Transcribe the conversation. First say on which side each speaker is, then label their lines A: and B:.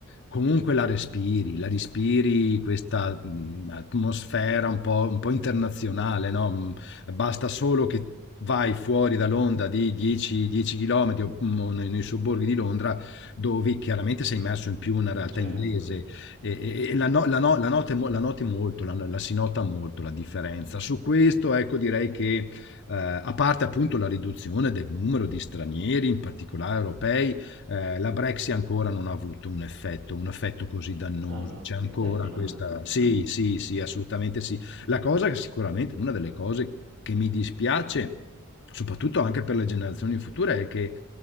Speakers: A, on the left (about 60°); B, on the right (about 60°).
A: comunque la respiri, la respiri questa, mhmm, atmosfera un po' un po' internazionale, no, mhmm, basta solo che vai fuori da Londra di 10- 10 chilometri o, mhmm, o nei nei sobborghi di Londra, dove chiaramente sei immerso in più una realtà
B: certo.
A: inglese e, e la, no- la, no- la, note mo- la noti molto, la, la si nota molto la differenza.
B: Mh-mh.
A: Su questo, ecco, direi che eh, a parte appunto la riduzione del numero di stranieri, in particolare europei, eh, la Brexit ancora non ha avuto un effetto, un effetto così dannoso.
B: Ah, okay,
A: C'è ancora
B: dai, meno
A: questa...
B: male, meno
A: Sì,
B: male.
A: sì, sì,
B: Mh,
A: assolutamente sì. La cosa che sicuramente, una delle cose che mi dispiace, soprattutto anche per le generazioni future, è che